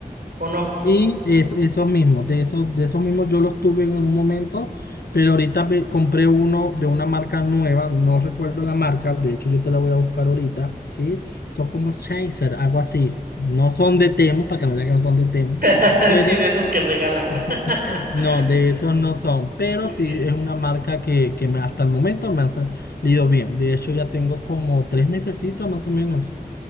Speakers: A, on the right; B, on the left.
A: ¿o no?
B: y eso, esos mismos, de esos, de esos mismos yo los tuve en un momento, pero ahorita ve- compré uno de una marca nueva, no recuerdo la marca, de hecho yo te la voy a buscar ahorita, ¿sí? Son como Chaser, algo así. No son de Temu, para que no digan que no son de Temu,
A: <laughs>
B: pero
A: Sí, de esos que regalan. ¿no? <laughs>
B: <laughs> No, de esos no son, pero
A: Sí,
B: sí
A: sí.
B: es una marca que, que me- hasta el momento me ha salido bien. De hecho, ya tengo como tres mesecitos más o menos.